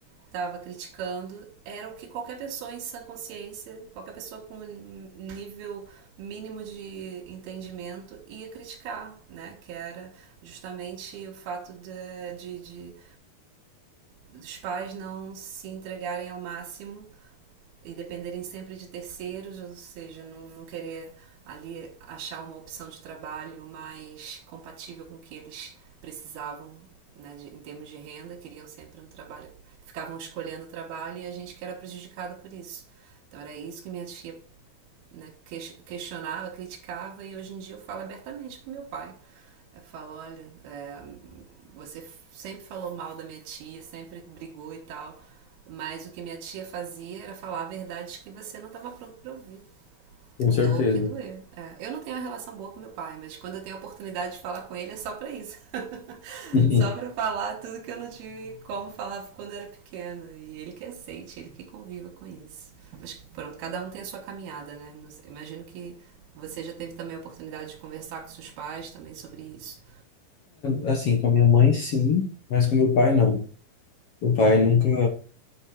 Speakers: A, on the right (about 80°); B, on the left (about 55°).
A: estava criticando era o que qualquer pessoa em sã consciência, qualquer pessoa com um nível mínimo de entendimento ia criticar, né? Que era justamente o fato de, de, de dos pais não se entregarem ao máximo e dependerem sempre de terceiros, ou seja, não, não querer ali achar uma opção de trabalho mais compatível com o que eles precisavam né, de, em termos de renda, queriam sempre um trabalho, ficavam escolhendo o trabalho e a gente que era prejudicada por isso. Então era isso que minha tia né? questionava, criticava e hoje em dia eu falo abertamente pro meu pai. Eu falo, olha, é, você sempre falou mal da minha tia, sempre brigou e tal, mas o que minha tia fazia era falar verdades que você não estava pronto para ouvir.
B: Com
A: Doa
B: certeza.
A: o que doer. É. Eu não tenho uma relação boa com meu pai, mas quando eu tenho a oportunidade de falar com ele é só pra isso. <laughs>
B: <laughs>
A: só pra falar tudo que eu não tive como falar quando eu era pequena. E ele que aceite, ele que conviva com isso. Mas pronto, cada um tem a sua caminhada, né? imagino que você já teve também a oportunidade de conversar com seus pais também sobre isso.
B: É, assim, com a minha mãe, sim, mas com meu pai, não. Meu pai nunca.